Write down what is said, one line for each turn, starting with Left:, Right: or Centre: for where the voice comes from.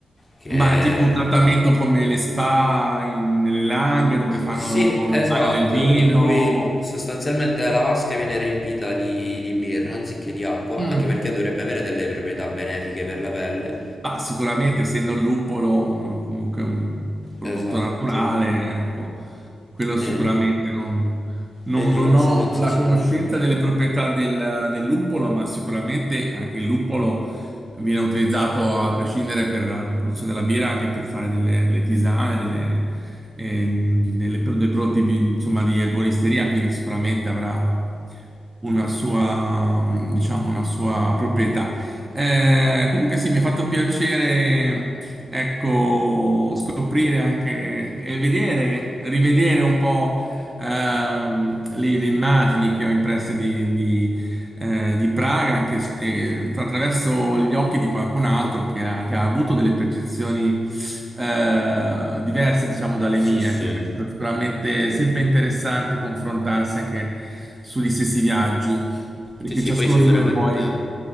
Left: che...
Right: Ma è tipo un trattamento come le spa in- nelle Langhe dove fanno
Left: Sì, esatto,
Right: il bagno nel vino.
Left: in cui sostanzialmente la vasca viene riempita di, di birra anziché di acqua,
Right: Mm.
Left: anche perché dovrebbe avere delle proprietà benefiche per la pelle.
Right: Ma sicuramente, essendo il luppolo un- comunque un prodotto
Left: Esatto.
Right: naturale, ecco, quello sicuramente
Left: E,
Right: non, non-
Left: e di
Right: non
Left: conseguenza
Right: ho la
Left: sì.
Right: conoscenza delle proprietà del, del luppolo, ma sicuramente anche il luppolo viene utilizzato a prescindere per la produzione della birra, anche per fare delle, delle tisane, delle, eh, delle pro- dei prodotti bi- insomma, di erboristeria, quindi sicuramente avrà una sua, diciamo, una sua proprietà eh, comunque sì, mi ha fatto piacere, ecco, scoprire anche e vedere, rivedere un po' ehm, le, le immagini che ho impresse di, di, eh, di Praga, anche s- eh, attraverso gli occhi di qualcun altro che ha, che ha avuto delle percezioni eh, diverse, diciamo, dalle
Left: Sì,
Right: mie.
Left: sì.
Right: Ecco, questo è sicuramente sempre interessante confrontarsi anche sugli stessi viaggi, perché
Left: Sì, sì,
Right: ciascuno
Left: poi sicuramente,
Right: di noi poi...